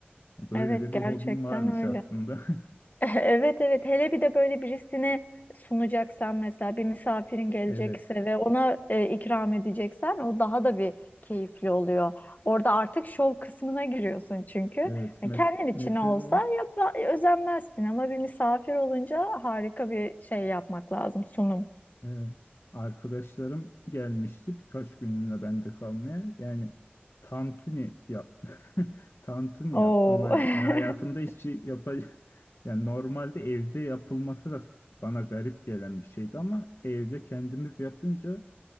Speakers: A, on the left; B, on the left.
A: E, Böyle
B: Evet,
A: de
B: gerçekten
A: bir hobim varmış
B: öyle.
A: aslında. <laughs>
B: <laughs> Evet evet hele bir de böyle birisine sunacaksan mesela bir misafirin gelecekse
A: Evet.
B: ve ona e, ikram edeceksen o daha da bir keyifli oluyor. Orada artık şov kısmına giriyorsun çünkü.
A: Evet.
B: Hani
A: Mes-
B: kendin için
A: mesela
B: olsa yap özenmezsin ama bir misafir olunca harika bir şey yapmak lazım sunum.
A: Evet. Arkadaşlarım gelmişti birkaç günlüğüne bende kalmaya. Yani tantuni yap <laughs> tantuni
B: Oo.
A: yaptım. Hay-
B: <laughs>
A: Yani hayatımda hiç yapacak <laughs> yani normalde evde yapılması da bana garip gelen bir şeydi ama evde kendimiz yapınca